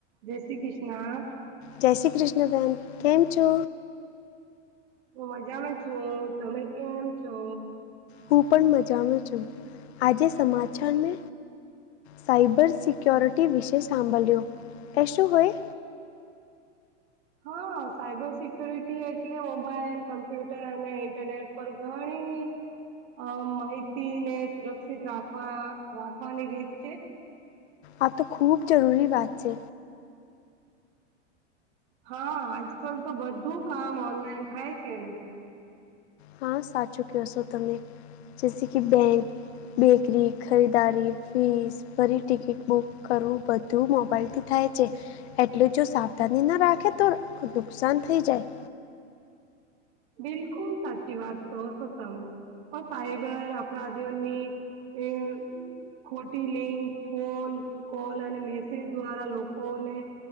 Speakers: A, on the right; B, on the left.
A: જય શ્રી કૃષ્ણ.
B: જય શ્રી કૃષ્ણબહેન કેમ છો.
A: હું મજામાં છું તમે કેમ છો.
B: હું પણ મજામાં છું આજે સમાચાર મે સાયબર સિક્ય્યોરિટી વિશે સાંભળ્યો કશું હોય.
A: હા સાયબર સિક્ય્યોરિટી એટલે મોબાઈલ કમ્પ્યુટર અને ઇન્ટરનેટ. પર ઘણી અ માહિતીને સુરક્ષિત રાખવા રાખવાની રીત છે,
B: આ તો ખૂબ જરૂરી વાત છે,
A: હા આજ કલ તો બધું કામ ઓનલાઈન થાય છે, ને
B: હા સાચું કશો તમે જસે કે બેંક. બેકરી ખરીદારી ફીસ ફરી ટિકિટ બુક કરવું બધું મોબાઈલથી થાય છે, એટલેું જો સાવધાની ન રાખે તો નુકસાન થઈ જાય.
A: બિલકુલ સાચી વાત કહો છો તમે ઓ સાઈબર અપરાધીઓની એ <unintelligible> ખોટી લિંક ફોન કોલ અને મેસેજ દ્વારા લોકોને